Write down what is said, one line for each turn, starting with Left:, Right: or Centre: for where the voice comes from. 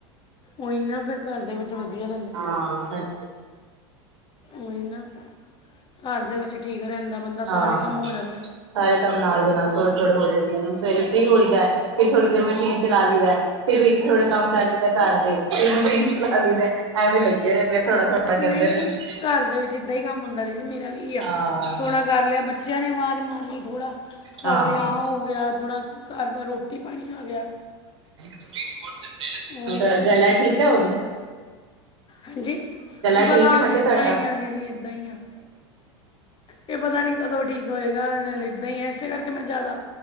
Left: ਉਹੀ ਨਾ ਫ਼ਿਰ ਘਰ ਦੇ ਵਧੀਆ ਦਿੰਦਾ
Right: ਹਾਂ
Left: ਉਹੀ ਨਾ। ਘਰ ਦੇ ਵਿੱਚ ਠੀਕ ਰਹਿੰਦਾ। ਬੰਦਾ
Right: ਹਾਂ,
Left: ਸਾਰੇ ਕੰਮ ਹੋ ਜਾਂਦੇ
Right: ਸਾਰੇ ਕੰਮ ਨਾਲ ਦੇ ਨਾਲ ਥੋੜੇ ਥੋੜੇ ਜਾਂਦੇ ਨੇ, ਸਵੇਰੇ ਫ੍ਰੀ ਹੋਈਦਾ ਫਿਰ ਥੋੜੀ ਦੇਰ ਮਸ਼ੀਨ'ਚ ਲਲਾ ਲਈਦਾ ਫਿਰ, ਵਿੱਚ ਥੋੜਾ ਕੰਮ ਕਰ ਲਈਦਾ, ਘਰ ਫਿਰ ਮਸ਼ੀਨ ਚਲਾ ਲਈਦਾ ਐਵੇਂ ਲੱਗੇ ਰਹਿੰਦੇ ਥਾਣਾ ਸਣਾ ਕਹਿੰਦੇ
Left: ਨਹੀਂ
Right: ਰਹਿੰਦੇ
Left: ਨਹੀਂ ਘਰ ਦੇ ਵਿੱਚ ਇਦਾਂ ਹੀ ਕੰਮ ਹੁੰਦਾ ਦੀਦੀ ਮੇਰਾ ਵੀ ਆ,
Right: ਹਾਂ
Left: ਥੋੜ੍ਹਾ ਕਰ ਲਿਆ ਬੱਚਿਆਂ ਨੇ ਆਵਾਜ਼ ਮਾਰ ਲਈ, ਥੋੜਾ ਕਰ
Right: ਹਾਂ
Left: ਲਿਆ ਆ ਹੋ ਗਿਆ, ਥੋੜ੍ਹਾ ਘਰ ਦਾ ਰੋਟੀ ਪਾਣੀ ਆ ਗਿਆ
Right: ਸੁਮਕਟ <unintelligible>
Left: ਉਹੀ
Right: ਹ ਥੋੜਾ
Left: ਨਾ ਫਿਰ
Right: ਗਲਾ
Left: ਘਰ
Right: ਠੀਕ
Left: ਦੇ ਵਿੱਚ
Right: ਹੈ
Left: ਤੇ
Right: ਹੁਣ?
Left: ਹਾਂਜੀ
Right: ਠੀਕ
Left: ਗਲਾ
Right: ਹੈ
Left: ਹਜੇ
Right: ਮੈਂ ਕਿਹਾ
Left: ਇੱਦਾਂ
Right: ਤੁਹਾਡਾ
Left: ਹੀ ਆ ਦੀਦੀ, ਇੱਦਾਂ ਹੀ ਆ ਇਹ ਪਤਾ ਨਹੀਂ ਕਦੋਂ ਠੀਕ ਹੋਏਗਾ, ਇੱਦਾਂ ਹੀ ਆ ਇਸੇ ਕਰਕੇ ਮੈਂ ਜ਼ਿਆਦਾ